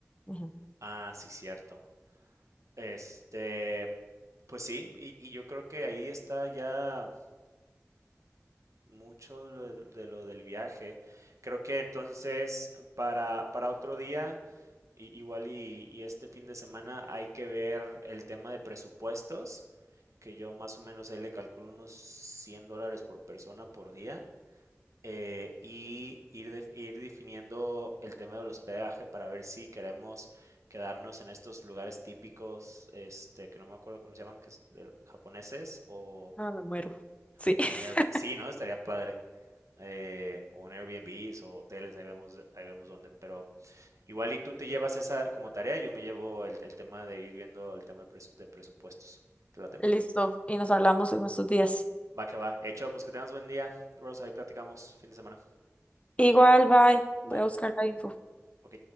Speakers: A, on the left (about 25°); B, on the right (about 75°).
A: Ujú.
B: Ah, sí, cierto. Este, pues sí, y, y yo creo que ahí está ya mucho lo de, de lo del viaje. Creo que entonces para, para otro día, i- igual y, y este fin de semana hay que ver el tema de presupuestos, que yo más o menos ahí le calculo unos 100 dólares por persona por día, eh, y ir, def- ir definiendo el tema del hospedaje para ver si queremos quedarnos en estos lugares típicos, este, que no me acuerdo cómo se llaman, que es de, japoneses o,
A: Ah, me muero. Sí.
B: o en Airbnb.
A: <laughs>
B: Sí, ¿no? Estaría padre eh, o en Airbnb o hoteles, ahí vemos, ahí vemos dónde. Pero igual y tú te llevas esa como tarea, y yo me llevo el, el tema de ir viendo el tema de, presu- de presupuestos. ¿Te late?
A: Listo. Y nos hablamos en estos días.
B: Va que va. Hecho, pues que tengas buen día, Rosa, ahí platicamos fin de semana.
A: Igual, bye. Voy
B: Bye.
A: a buscar la info.
B: Ok.